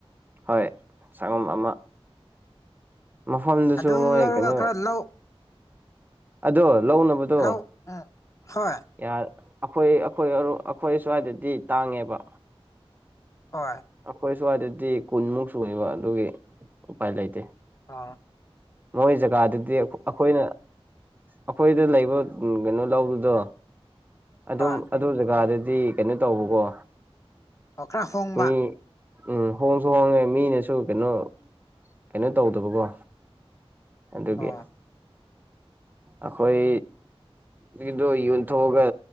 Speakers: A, on the right; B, on the left.
A: ꯍꯣꯏ ꯁꯪꯒꯣꯝ ꯑꯃ ꯃꯐꯝꯗꯨꯁꯨ
B: ꯑꯗꯨ
A: ꯃꯣꯏ
B: ꯂꯧꯔꯒ
A: ꯀꯩꯅꯣ
B: ꯈꯔ ꯂꯧ
A: ꯑꯗꯣ ꯂꯧꯅꯕꯗꯣ
B: ꯂꯧ ꯎꯝ ꯍꯣꯏ
A: ꯌꯥ ꯑꯩꯈꯣꯏ ꯑꯩꯈꯣꯏ ꯑꯩꯈꯣꯏ ꯁ꯭ꯋꯥꯏꯗꯗꯤ ꯇꯥꯡꯉꯦꯕ
B: ꯍꯣꯏ
A: ꯑꯩꯈꯣꯏ ꯁ꯭ꯋꯥꯏꯗꯗꯤ ꯀꯨꯟꯃꯨꯛ ꯁꯨꯢꯌꯦꯕ ꯑꯗꯨꯒꯤ ꯎꯄꯥꯏ ꯂꯩꯇꯦ
B: ꯑꯥ
A: ꯃꯣꯏ ꯖꯒꯥꯗꯨꯗꯤ ꯑꯩꯈꯣꯏꯅ ꯑꯩꯈꯣꯏꯗ ꯂꯩꯕ ꯀꯩꯅꯣ ꯂꯧꯗꯨꯗꯣ ꯑꯗꯨꯝ
B: ꯍꯣꯏ
A: ꯑꯗꯨ ꯖꯒꯥꯗ ꯗꯤ ꯀꯩꯅꯣ ꯇꯧꯕꯀꯣ
B: ꯑꯣ ꯈꯔ ꯍꯣꯡꯕ
A: ꯃꯤ ꯎꯝ ꯍꯣꯡꯁꯨ ꯍꯣꯡꯉꯦ ꯃꯤꯅꯁꯨ ꯀꯩꯅꯣ ꯀꯩꯅꯣ ꯇꯧꯗꯕꯀꯣ ꯑꯗꯨꯒꯤ
B: ꯑꯣ
A: ꯑꯩꯈꯣꯏ ꯁꯤꯗꯣ ꯌꯣꯟꯊꯣꯛꯑꯒ